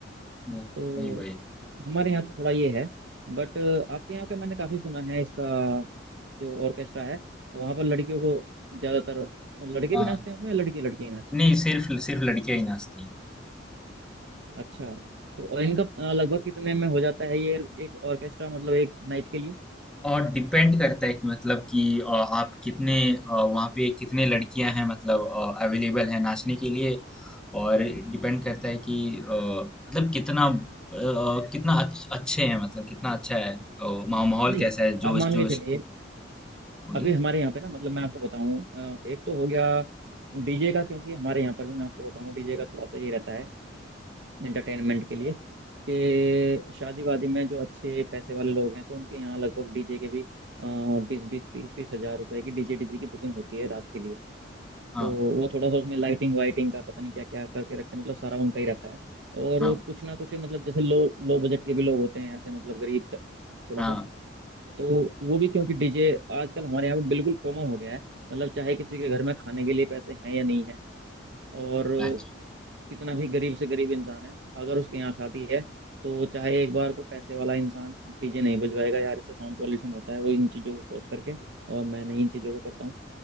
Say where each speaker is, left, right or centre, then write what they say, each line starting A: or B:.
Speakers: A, in the centre; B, on the right (about 65°).
A: वो
B: तो
A: वही वही
B: हमारे यहाँ तो थोड़ा ये है बट आपके यहाँ का मैंने काफी सुना है इसका जो ऑर्केस्ट्रा है वहाँ पर लड़कियों को ज़्यादातर लड़के
A: हाँ
B: भी नाचते हैं उसमें लड़के लड़कियाँ ही नाचते हैं
A: नहीं सिर्फ सिर्फ लड़कियां ही नाचती हैं
B: अच्छा तो और
A: हाँ,
B: इनका अ, लगभग कितने में हो जाता है ये एक ऑर्केस्ट्रा मतलब एक नाइट के लिए
A: और डिपेंड करता है कि मतलब कि अ, आप कितने अ, वहाँ पे कितने लड़कियां हैं मतलब अवेलेबल हैं नाचने के लिए और डिपेंड करता है कि अ, मतलब कितना अ, कितना अच्छ- अच्छे हैं मतलब कितना अच्छा है अ, माहौल माहौल
B: नहीं
A: कैसा है जोश
B: आप मान के
A: जोश
B: चलिए
A: बोलिए
B: अभी हमारे यहाँ पे ना मतलब मैं आपको बताऊं अ, एक तो हो गया डीजे का क्योंकि हमारे यहाँ पर भी मैं आपको बताऊं डीजे का थोड़ा सा ये रहता है एंटरटेनमेंट के लिए कि शादी वादी में जो अच्छे पैसे वाले लोग हैं तो उनके यहाँ लगभग डीजे के भी बीस बीस तीस तीस हजार रुपए की डीजे डीजे की बुकिंग होती है रात के लिए
A: हाँ
B: तो वो थोड़ा सा उसमें लाइटिंग वाइटिंग का पता नहीं क्या क्या करके रखते हैं मतलब सारा उनका ही रहता है और
A: हाँ
B: कुछ ना कुछ मतलब जैसे लो लो बजट के भी लोग होते हैं ऐसे मतलब गरीब त- थोड़ा
A: हाँ
B: सा तो वो भी क्योंकि डीजे आजकल हमारे यहाँ पे बिल्कुल कॉमन हो गया है मतलब चाहे किसी के घर में खाने के लिए पैसे हैं या नहीं है और
A: अच्छा
B: कितना भी गरीब से गरीब इंसान है अगर उसके यहाँ शादी है तो चाहे एक बार को पैसे वाला इंसान डीजे नहीं बजवाएगा यार इससे साउंड पॉल्यूशन होता है वो इन चीज़ों को सोच करके और मैं नहीं इन चीज़ों को करता हूँ